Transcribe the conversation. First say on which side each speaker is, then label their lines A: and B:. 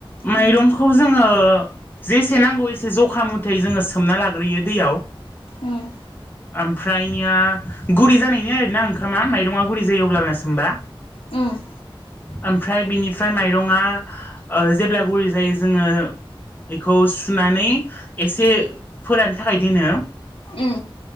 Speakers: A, on the left; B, on the left.
A: माइरंखौ
B: उम
A: जोङो जेसे नांगौ एसे जखा मुथै जोङो सोमना लाग्रोयो दैयाव
B: उम
A: ओमफ्रायनिया गुरै जानायनि आरोना ओंखामा माइरङा गुरै जायो अब्लाना सोमबा
B: उम
A: ओमफ्राय बिनिफ्राय माइरङा ओ जेब्ला गुरै जायो जोङो बेखौ सुनानै एसे फोरानो थाखाय दोनो
B: उम